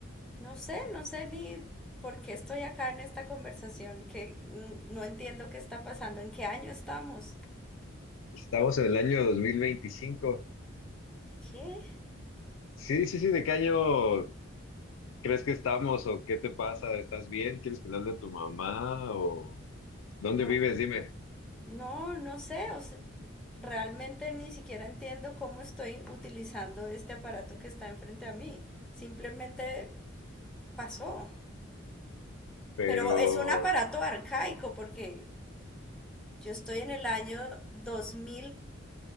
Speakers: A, in the centre; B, on the left.
A: No sé, no sé ni por qué estoy acá en esta conversación, que mm, no entiendo qué está pasando, en qué año estamos.
B: Estamos en el año 2025.
A: ¿Qué?
B: Sí, sí, sí, ¿de qué año crees que estamos o qué te pasa? ¿Estás bien? ¿Quieres que le hable a tu mamá o dónde
A: No,
B: vives? Dime.
A: no, no sé, o sea, realmente ni siquiera entiendo cómo estoy utilizando este aparato que está enfrente a mí. Simplemente pasó.
B: Pero,
A: Pero es un aparato arcaico porque yo estoy en el año dos mil.